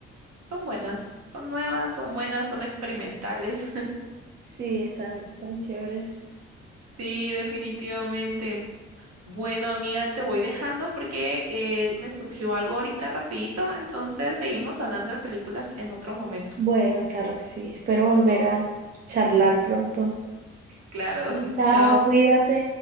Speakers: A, on the right; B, on the right.
A: son buenas, son nuevas, son buenas, son experimentales.
B: Sí, están tan chéveres.
A: Sí, definitivamente. Bueno, amiga, te voy dejando porque eh, me surgió algo ahorita rapidito, entonces seguimos hablando de películas en otro momento.
B: Bueno, claro que sí. Espero volver a charlar pronto.
A: Claro, <laughs>
B: Chao,
A: chao.
B: cuídate.